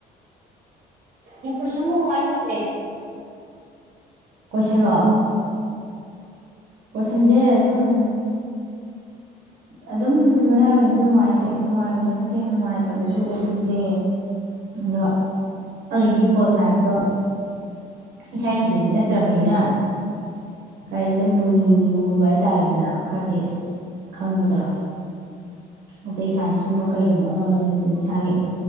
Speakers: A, on the right (about 50°); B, on the right (about 70°).
A: ꯑꯩ ꯀ꯭ꯔꯤꯟ ꯒꯋꯥꯟ ꯇꯧꯂꯦ
B: ꯀꯣꯏꯁꯂꯣ ꯀꯣꯏꯁꯟꯁꯦ ꯑꯗꯨꯝ ꯑꯗꯨꯝ ꯃꯌꯥꯏ ꯑꯗꯨꯝ ꯅꯨꯡꯉꯥꯏꯇꯦ ꯌꯥꯝ ꯅꯨꯡꯉꯥꯏꯕꯁꯨ ꯅꯠꯇꯦ ꯌꯥꯝ ꯅꯨꯡꯉꯥꯏꯇꯕꯁꯨ ꯑꯣꯏꯈꯤꯗꯦ ꯑꯗ ꯑꯩ ꯏꯗꯤ ꯄꯣꯜꯁꯥꯏꯠꯇꯣ ꯏꯁ ꯁꯕꯖꯦꯛꯇꯤ ꯅꯠꯇ꯭ꯔꯕꯅꯤꯅ ꯈꯔꯗꯤ ꯑꯗꯨꯝ ꯂꯨ ꯂꯨꯕ ꯍꯥꯏꯇꯥꯔꯦꯗꯅ ꯈꯔꯗꯤ ꯈꯪꯕꯗꯣ ꯑꯇꯩ ꯁꯥꯏꯟꯁꯀꯨꯝꯕ ꯀꯩꯒꯨꯝꯕ ꯑꯃ ꯑꯃꯗꯗꯤ ꯑꯗꯨꯝ ꯏꯁꯥꯒꯤ